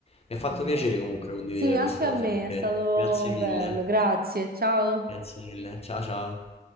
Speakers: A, on the left; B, on the right.
A: Mi ha fatto
B: esatto.
A: piacere comunque condividere
B: Sì, anche
A: queste
B: a
A: cose
B: me
A: con te.
B: è stato
A: Grazie mille.
B: bello, grazie, ciao.
A: Grazie mille. Ciao ciao.